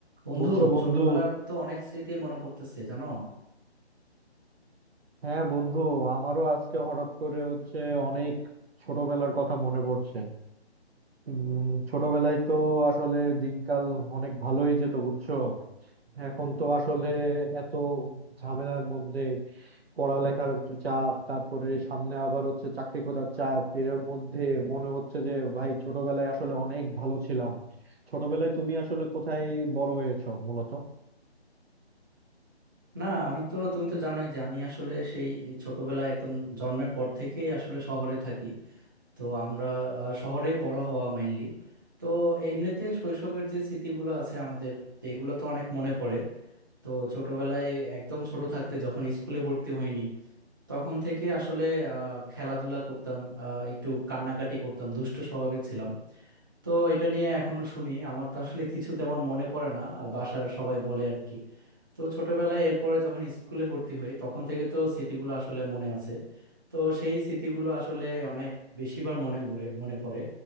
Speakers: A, on the right; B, on the right.
A: বন্ধু
B: বুঝছো বন্ধু
A: ছোটবেলার তো অনেক স্মৃতি মনে পড়তেছে জানো
B: হ্যাঁ বন্ধু আমারও আজকে হঠাৎ করে হচ্ছে অনেক ছোটবেলার কথা মনে পড়ছে উম, ছোটবেলায় তো আসলে দিনকাল অনেক ভালোই যেত বুঝছো এখন তো আসলে এত ঝামেলার মধ্যে পড়ালেখার চাপ তারপরে সামনে আবার হচ্ছে চাকরি খোঁজার চাপ এর মধ্যে মনে হচ্ছে যে ভাই ছোটবেলায় আসলে অনেক ভালো ছিলাম ছোটবেলায় তুমি আসলে কোথায় বড় হয়েছো মূলত
A: না আমি তো তুমি তো জানোই যে আমি আসলে সেই ছোটবেলায় একদম জন্মের পর থেকেই আসলে শহরে থাকি তো আমরা আহ, শহরে বড় হওয়া মেইনলি তো এমনিতে শৈশবের যে স্মৃতিগুলো আছে আমাদের তো এগুলো তো অনেক মনে পড়ে তো ছোটবেলায় একদম ছোট থাকতে যখন স্কুলে ভর্তি হইনি তখন থেকে আসলে আহ খেলাধুলা করতাম আহ একটু কান্নাকাটি করতাম দুষ্ট স্বভাবের ছিলাম তো এটা নিয়ে এখনো শুনি আমার তো আসলে কিছু তেমন মনে পড়ে না আহ, বাসার সবাই বলে আর কি তো ছোটবেলায় এরপরে যখন স্কুলে ভর্তি হই তখন থেকে তো স্মৃতিগুলো আসলে মনে আছে তো সেই স্মৃতিগুলো আসলে অনেক বেশিবার মনে মরে মনে পড়ে